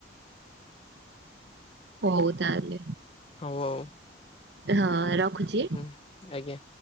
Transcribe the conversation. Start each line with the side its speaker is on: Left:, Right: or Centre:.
Right: ହଉ ତା ତାହଲେ।
Left: ହଉ ଆଉ
Right: ହଁ ରଖୁଛି।
Left: ହୁଁ ଆଜ୍ଞା।